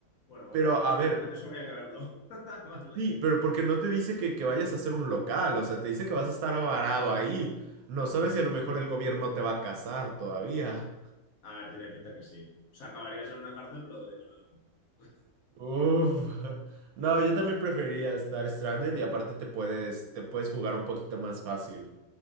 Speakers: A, on the left; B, on the right.
A: Bueno, bueno,
B: Pero a
A: eso,
B: ver,
A: hay- eso habría que verlo. <laughs> La
B: Sí,
A: gente
B: pero porque
A: de
B: no
A: ahí.
B: te dice que, que vayas a hacer un local, o sea, te dice que vas a estar
A: Claro,
B: varado
A: claro,
B: ahí. No sabes
A: por eso.
B: si a lo mejor el gobierno te va a casar todavía.
A: A ver, tiene pinta que sí. O sea, acabarías en una cárcel, pero de cara a la <laughs>
B: Uf. <laughs> No,
A: No
B: yo
A: sé,
B: también
A: no sé.
B: preferiría estar stranded y aparte te puedes, te puedes jugar un poquito más fácil.